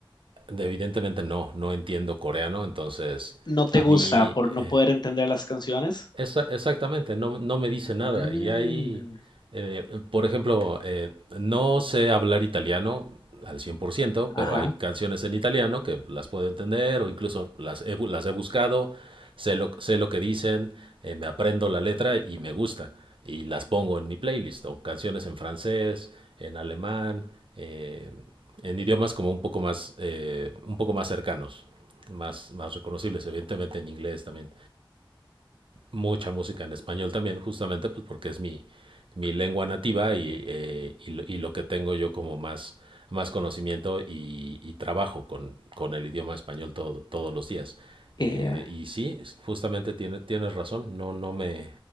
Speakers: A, on the right (about 75°); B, on the left (about 55°).
A: evidentemente no, no entiendo coreano, entonces
B: ¿No te
A: a
B: gusta
A: mí
B: por
A: eh,
B: no poder entender las canciones?
A: esa- exactamente, no, no me dice nada.
B: Mm,
A: Y hay, eh, por ejemplo, eh, no sé hablar italiano al 100%,
B: ajá.
A: pero hay canciones en italiano que las puedo entender o incluso las he, bu- las he buscado, sé lo, sé lo que dicen, eh, me aprendo la letra y me gusta. Y las pongo en mi playlist, o canciones en francés, en alemán, eh, en idiomas como un poco más, eh, un poco más cercanos, más, más reconocibles, evidentemente en inglés también mucha música en español también, justamente pues porque es mi, mi lengua nativa y, eh, y, lo, y lo que tengo yo como más, más conocimiento y, y trabajo con, con el idioma español todo- todos los días.
B: eh,
A: Eh, y sí, justamente tiene, tienes razón, no, no me,